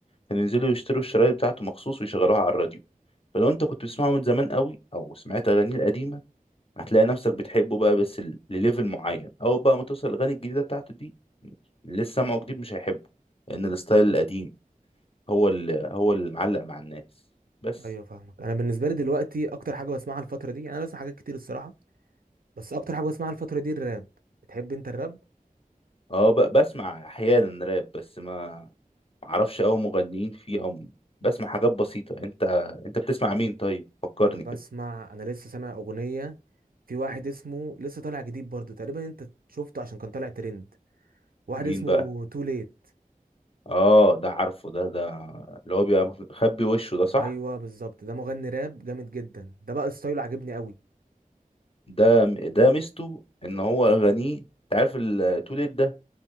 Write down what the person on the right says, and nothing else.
ايوه فاهمك انا بالنسبه لي دلوقتي اكتر حاجه بسمعها الفتره دي يعني انا بسمع حاجات كتير الصراحه بس اكتر حاجه بسمعها الفتره دي الراب بتحب انت الراب
انا بسمع
انا لسه سامع اغنيه في واحد اسمه لسه طالع جديد برضو تقريبا انت شفته عشان كان طالع ترند واحد
اسمه
تو ليت
ايوه بالظبط ده مغني راب جامد جدا ده بقى ستايله عجبني قوي